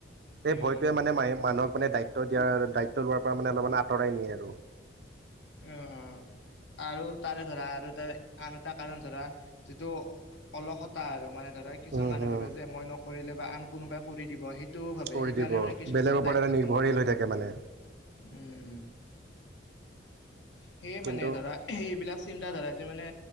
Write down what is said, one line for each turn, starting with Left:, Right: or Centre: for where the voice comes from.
Right: এই
Left: উম
Right: ভয়টোৱে
Left: উম
Right: মানে ম মানুহক মানে দায়িত্ব দিয়া দায়িত্ব লোৱাৰ পৰা মানে অলপমান আঁতৰাই নিয়ে আৰু।
Left: অহ অহ। আৰু তাৰে ধৰা আৰু তাৰ আন এটা কাৰণ ধৰা যিটো অলসতা আৰু মানে ধৰা কিছু
Right: উম,
Left: মানুহে
Right: হুম,
Left: ভাবে যে মই নকৰিলে বা আন কোনোবাই কৰি দিব সেই সেইটো ভাবে
Right: কৰি
Left: সেইকাৰণে
Right: দিব
Left: মানে কিছুমানে
Right: বেলেগৰ ওপৰত
Left: দায়িত্বটো
Right: এটা নিৰ্ভৰশীল
Left: নলয়
Right: হৈ
Left: আৰু
Right: থাকে মানে
Left: উম উ। সেইয়ে
Right: কিন্তু
Left: মানে ধৰা এইবিলাক চিন্তাধাৰাতে মানে